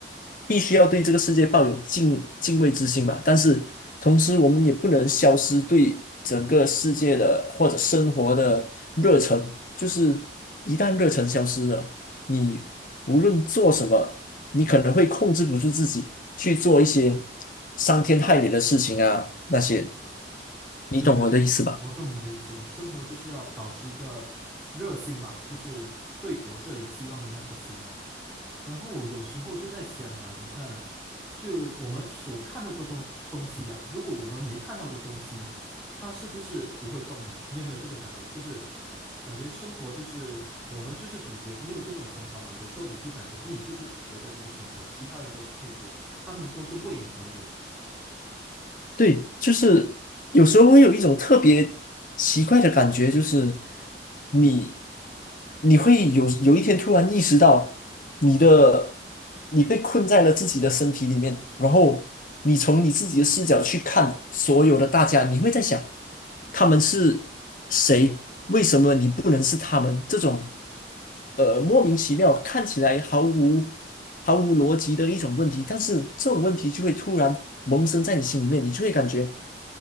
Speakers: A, on the left (about 50°); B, in the centre.
A: 必须要对这个世界抱有敬敬畏之心吧，但是同时我们也不能消失对整个世界的或者生活的热忱。就是一旦热忱消失了，你无论做什么，你可能会控制不住自己去做一些伤天害理的事情啊，那些，你懂我的意思吧？
B: 对对，我懂你的意思。生活就是要保持一个热心嘛，就是对活着有希望的那颗心嘛。然后我有时候就在想啊，你看，就我们所看到的东东西啊，如果我们没看到的东西，它是不是不会动呢？你有没有这种感觉？就是感觉生活就是我们就是主角。你有这种想法吗？有时候你就感觉你就是主角，在这个生活，其他人都是配角，他们都是为你而演的。
A: 对，就是有时候会有一种特别奇怪的感觉，就是你你会有有一天突然意识到你的你被困在了自己的身体里面，然后你从你自己的视角去看所有的大家，你会在想他们是谁，不能是他们这种呃莫名其妙看起来毫无毫无逻辑的一种问题，但是这种问题就会突然萌生在你心里面，你就会感觉。